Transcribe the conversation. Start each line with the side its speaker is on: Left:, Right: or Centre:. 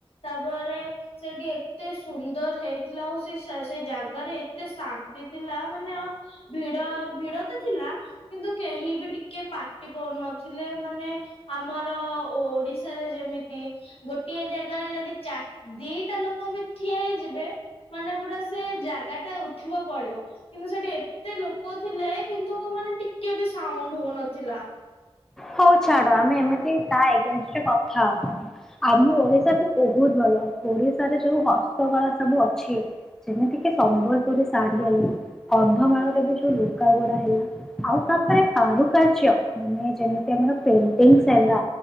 Left: ତାପରେ ସେଠି ଏତେ ସୁନ୍ଦର ହେଇଥିଲା ଆଉ ସେ ଜାଗାରେ। ଏତେ ଶାନ୍ତି ଥିଲା ମାନେ ଭିଡ ଭିଡ ତ। ଥିଲା କିନ୍ତୁ କେହି ବି ଟିକେ। କିଏ ପାଟି କରୁନଥିଲେ ମାନେ ଆମର। ଆ ଓଡିଶାରେ ଯେମିତି। ଗୋଟିଏ ଜାଗାରେ ଯଦି ଚାର ଦି ଟା ଲୋକ ବି ଠିଆ ହେଇଯିବେ। ମାନେ ପୁରା ସେ ଜାଗା ଟା ଉଠିବ ପଡିବ କିନ୍ତୁ ସେଠି ଏ ଏତେ ଲୋକ ଥିଲେ। କିନ୍ତୁ ମାନେ ଟିକେ ବି ସାଉଣ୍ଡ ହଉନଥିଲା।
Centre: ହଉ ଛାଡ ଆମେ ଏମିତି ତା ଏଗେନଷ୍ଟରେ କଥା ହବାନି, ଆମ ଓଡିଶା ବି ବହୁତ ଭଲ ଓଡିଶାରେ ଯୋଉ ହସ୍ତକଳା ସବୁ ଅଛି ଯେମିତି କି ସମ୍ବଲପୁରୀ ଶାଢ଼ୀ ହେଲା, କନ୍ଧମାଳରେ ବି ଯୋଉ ଲୁଗାଗୋଡା ହେଲା ଆଉ ତାପରେ କାରୁକାର୍ଯ୍ୟ ମାନେ ଯେମିତି। ଆମର ପେଣ୍ଟିଙ୍ଗସ। ସେଲା